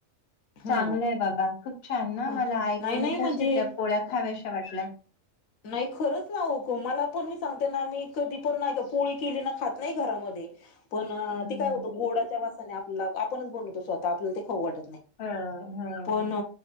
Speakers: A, on the left; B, on the left.
A: हा
B: चांगलं आहे बाबा. खूप छान ना
A: अ,
B: मला ऐकूनच
A: नाही नाही म्हणजे
B: अे त्या पोळ्या खाव्याशा
A: अ,
B: वाटल्या.
A: नाही खरंच ना होक मला पण मी सांगते ना मी कधी पण नाही का पोळी केली ना खात नाही घरामध्ये पण
B: हं.
A: ते काय होतं गोडाच्या वासाने आपल्याला आपणच बनवतो स्वतः आपल्याला ते खाऊ वाटत नाही.
B: हो हो
A: पण